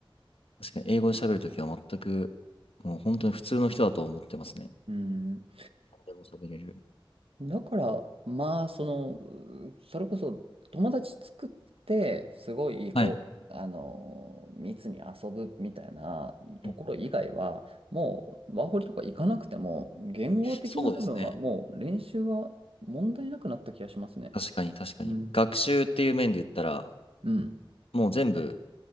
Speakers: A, on the left (about 85°); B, on the right (about 80°).
A: 確かに英語で喋るときは全く、もう本当に普通の人だと思ってますね。
B: うん
A: でも喋れる。
B: だから、まあ、その、うそれこそ友達作って、すごい、こう、
A: はい。
B: あの密に遊ぶみたいなところ以外は、
A: うん
B: もう、ワーホリとか行かなくても、言語的な部分はもう練習は問題なくなった気がしますね。
A: そうですね。確かに確かに。
B: うん。
A: 学習っていう面で言ったら、
B: うん。
A: もう全部